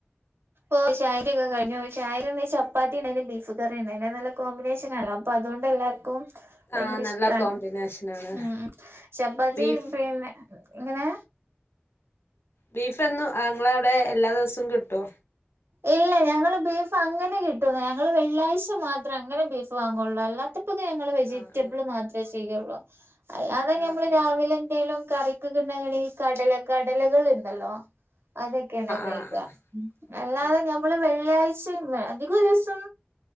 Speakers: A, on the right; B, on the left.
A: ഓഹ് ചായയൊടിക്കെ കഴഞ്ഞു ചായക്ക് ന്താ ചപ്പാത്തി ഉണ്ടന്ന് ബീഫ് കറി ഉണ്ട് അത് നല്ല കോമ്പിനേഷനല്ലോ അപ്പൊ അതുകൊണ്ട് എല്ലാവർക്കും ഭയങ്കര
B: ആഹ് നല്ല
A: ഇഷ്ടാണ്
B: കോമ്പിനേഷനാണ്
A: ഉം ചപ്പാത്തി
B: ബീഫ്
A: പിന്നെ ഇങ്ങനെ
B: ബീഫ്ന്നും ങ്ങള അവിടെ എല്ലാ ദിവസവും കിട്ടുവോ?
A: ഇല്ല ഞങ്ങള് ബീഫ് അങ്ങനെ കിട്ടൂന്നുല്ല ഞങ്ങള് വെള്ളിയാഴ്ച മാത്രമേ അങ്ങനെ ബീഫ് വാങ്ങള്ളൂ അല്ലാത്ത ഞങ്ങൾ വെജിറ്റബിൾ
B: ആഹ്
A: മാത്രമേ ചെയ്യുള്ളൂ അല്ലാതെ നമ്മൾ
B: ആഹ് ആഹ്
A: രാവിലെ എന്തെിലും കറി <unintelligible> ണ്ടങ്ങണെ ഈ കടല കടലകൾ ഉണ്ടല്ലോ അതൊക്കെ ഏണ് കഴിക്കുക
B: ആഹ്
A: അല്ലാതെ
B: ആഹ്
A: നമ്മള്
B: ആഹ്
A: വെള്ളിയ അധിക ദിവസം